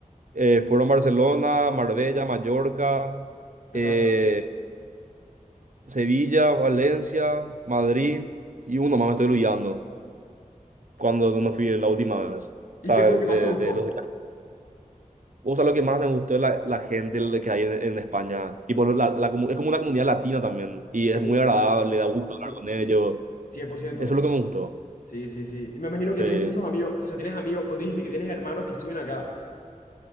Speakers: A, on the right; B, on the left.
A: eh, fueron Barcelona, Marbella, Mallorca,
B: Ajá.
A: eh, Sevilla, Valencia, Madrid, y uno más me estoy olvidando cuando me fui la última vez. O
B: ¿Y
A: sea,
B: qué fue
A: de,
B: lo que más te gustó?
A: de los O sea, lo que más me gustó es la, la gente de que hay en, en España. Tipo, la, la comu- es como una comunidad latina también. Y
B: Sí,
A: es muy agradable, da gusto
B: sí,
A: hablar con ellos.
B: cien por ciento.
A: Eso es lo que me gustó.
B: Sí, sí, sí. Y me imagino que
A: Sí.
B: tienes muchos amigos, o sea, tienes amigos, o dijiste que tienes hermanos que estuvieron acá,